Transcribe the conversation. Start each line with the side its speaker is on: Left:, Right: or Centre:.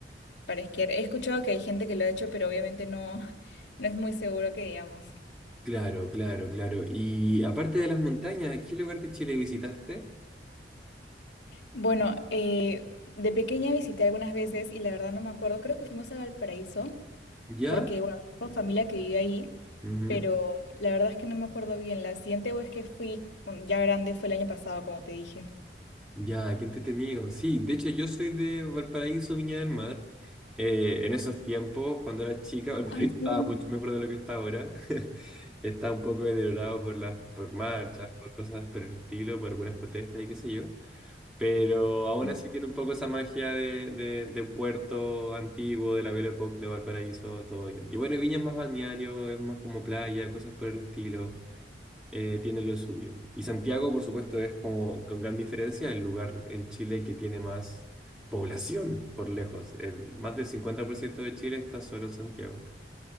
Left: para esquiar. He escuchado que hay gente que lo ha hecho, pero obviamente no, <laughs> no es muy seguro que digamos.
Centre: Claro, claro, claro. Y aparte de las montañas, ¿a ¿qué lugar de Chile visitaste?
Left: Bueno, eh, de pequeña visité algunas veces y la verdad no me acuerdo. Creo que fuimos a Valparaíso
Centre: ¿Ya?
Left: porque, bueno, tengo familia que vive ahí,
Centre: Ujú.
Left: pero la verdad es que no me acuerdo bien. La siguiente vez que fui, mm, ya grande, fue el año pasado, como te dije.
Centre: Ya, qué entretenido. Sí, de hecho yo soy de Valparaíso, Viña del Mar. Eh, en esos tiempos, cuando era chica, <laughs> Valparaíso
Left: Ay,
Centre: estaba
Left: qué bonito.
Centre: mucho mejor de lo que está ahora. <laughs> Está un poco deteriorado por las, por marchas, por cosas por el estilo, por algunas protestas y qué sé yo. Pero aún
Left: Sí,
Centre: así tiene un poco esa magia de, de, de puerto antiguo, de la Belle Époque, de Valparaíso, todo bien. Y bueno, Viña es más balneario, es más como playa, cosas por el estilo, eh, tiene lo suyo. Y Santiago, por supuesto, es como con gran diferencia el lugar en Chile que tiene más población por lejos. El, más del 50% de Chile está solo en Santiago.